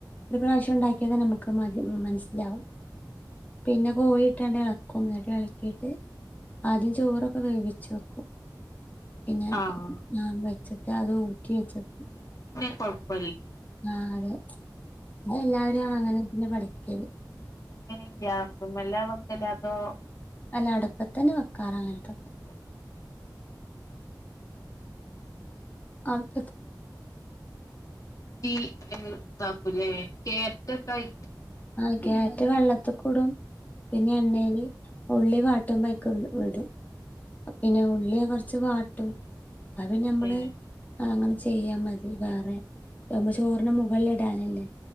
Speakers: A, on the left; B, on the left.
A: ഒരു പ്രാവശ്യം ഉണ്ടാക്കിയ തന്നെ നമുക്ക് മതി മനസ്സിലാവും പിന്നെ കോയി ഇളക്കും എന്നിട്ട് ഇളക്കിയിട്ട് ആദ്യം ചോറൊക്കെ വേവി വെക്കും പിന്നെ
B: ആഹ്
A: ആ വെച്ചിട്ട് അത് ഊറ്റി വെച്ചി
B: എളുപ്പാണ്
A: ആഹ് അതെ എല്ലാവരെയും ആണ് അങ്ങനെ തന്നെ പഠിക്കും <unintelligible>
B: എങ്ങനെ ഗ്യാസുമല് ആണ് വക്കല് അതോ
A: അല്ല അടപ്പത്ത് തന്നെ വെക്കാറ് അങ്ങനത്തെ
B: <inaudible>
A: ആഹ്
B: <unintelligible> ഈ ഇതാക്കൂല്ലേ ക്യാരറ്റൊക്കെയായി
A: ആഹ് ക്യാരറ്റ് വെള്ളത്തികൂടും പിന്നെ എണ്ണേൽ ഉള്ളി വാ <unintelligible> ഇടും പിന്നെ ഉള്ളിയെ കുറച്ച് പാ <unintelligible> അതാ പിന്നെ നമ്മള്
B: ഏ
A: അതങ്ങനെ ചെയ്യാൻ മതി വേറെ ഇതാവുമ്പോ ചോറിന് മുകളിൽ ഇടാനല്ലേ